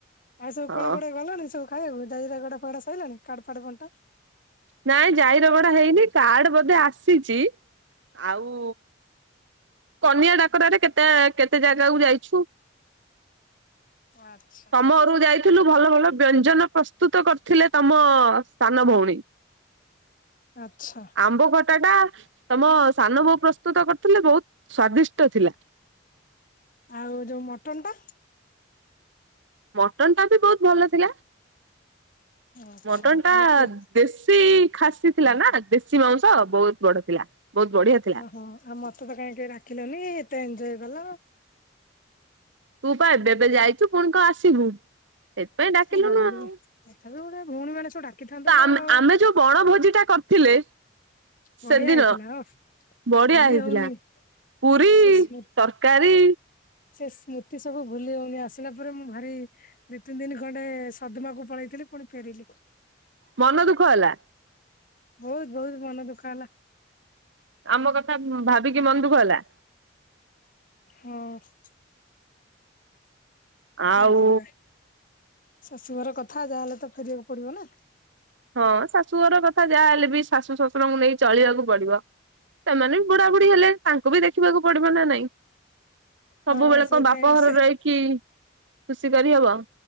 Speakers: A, on the left (about 45°); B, on the right (about 75°).
A: ଆଉ ସ
B: ହଁ
A: କ କୋଡ ଅଲଣିି ସବୁ। <unintelligible> ଡା ସାଇିଲଣି କାଡ ଫାଡ ବଣ୍ଟା?
B: ନାଇଁ ଯାଇ ରଗଡା ହେଇନି କାର୍ଡ ବୋଧେ ଆସିଛି। ଆଉ କନିଆ ଡାକରାରେ କେତେ କେତେ ଜାଗାକୁ ଯାଇଛୁ?
A: ଆଚ୍ଛା।
B: ତମ ଘରକୁ ଯାଇ ଥିଲୁ ଭଲ ଭଲ ବ୍ୟଞ୍ଜନ ପ୍ରସ୍ତୁତ କରିଥିଲେ ତମ ସାନ ଭଉଣୀ।
A: ଆଚ୍ଛା।
B: ଆମ୍ବ ଖଟା ଟା ତମ ସାନ ବୋଉ ପ୍ରସ୍ତୁତ କରିଥିଲେ ବହୁତ ସ୍ଵାଦିଷ୍ଟ ଥିଲା।
A: ଆଉ ଯୋଉ ମଟନ ଟା
B: ମଟନ୍ ଟା ବି ବହୁତ ଭଲ ଥିଲା।
A: ଆଚ୍ଛା
B: ମଟନ ଟା
A: ତାହେଲେ ଖି
B: ଦେଶୀ ଖାସି ଥିଲା ନା ଦେଶୀ ମାଉଁସ ବହୁତ ବଡ ଥିଲା। ବହୁତ ବଢିଆ ଥିଲା
A: ଓହୋ ଆଉ ମତେ ତ କାହିଁ ଡ଼ାକିଲନି ଏତେ ଏଞ୍ଜୟ କଲ।
B: ତୁ ପା ଏବେ ଏବେ ଯାଇଛୁ ପୁଣି କଣ ଆସିବୁ? ସେଥିପାଇଁ ଡାକିଲୁନୁ
A: ମୁଁ ଗଲି
B: ଆଉ।
A: ତଥାପି ଗୋଟେ ଭଉଣୀ ମାନେ ସବୁ ଡାକିଥାନ୍ତ
B: ତ
A: ନା
B: ଆମେ
A: ଆଉ
B: ଆମେ ଯୋଉ ବଣ ଭୋଜି ଟା କରିଥିଲେ ସେଦିନ
A: ବଢିଆ ହେଇଥିଲା ଓଃ
B: ବଢିଆ
A: ଭୁଲି
B: ହେଇଥିଲା।
A: ହଉନି।
B: ପୁରୀ
A: ସେ ସ୍ମୃତି
B: ତରକାରୀ
A: ସେ ସ୍ମୃତି ସବୁ ଭୁଲି ହଉନି ଆସିଲା ପରେ ମୁଁ ଭାରି ଦିଇ ତିନି ଦିନ ଖଣ୍ଡେ ସଦମାକୁ ପଳେଇଥିଲି ପୁଣି ଫେରିଲି
B: ମନ ଦୁଃଖ ହେଲା?
A: ବହୁତ ବହୁତ ମନ ଦୁଃଖ ହେଲା।
B: ଆମ କଥା ଭାବିକି ମନ ଦୁଃଖ ହେଲା।
A: ହଁ। କଣ
B: ଆଉ
A: କରିବା ଶାଶୁଘର କଥା ଯାହାହେଲେ ତ ଫେରିବାକୁ ପଡିବ ନା।
B: ହଁ ଶାଶୁ ଘର କଥା ଯାହାହେଲେ ବି ଶାଶୁ ଶଶୁରଙ୍କୁ ନେଇ ଚଳିବାକୁ ପଡିବ। ସେମାନେ ବୁଢାବୁଢ଼ୀ ହେଲେଣି ତାଙ୍କୁ ବି ଦେଖିବାକୁ ପଡିବ ନା ନାଇଁ। ସବୁବେଳେ
A: ହଁ ସେଇଥିପାଇଁ
B: କଣ ବାପ ଘର
A: ସେ
B: ରହିକି ଖୁସି କରି ହବ।